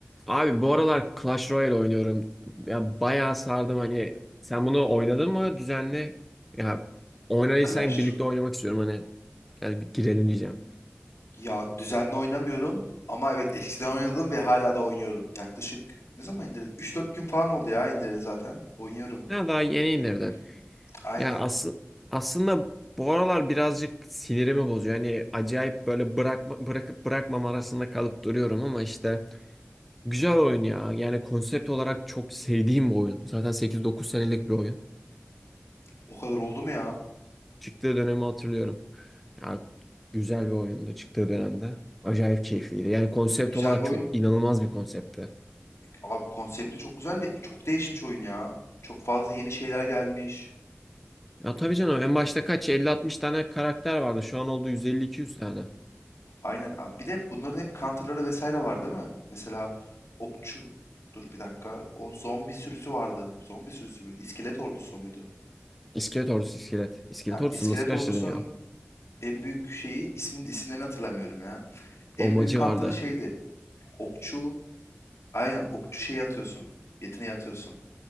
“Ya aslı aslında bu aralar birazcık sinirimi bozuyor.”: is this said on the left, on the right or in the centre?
Centre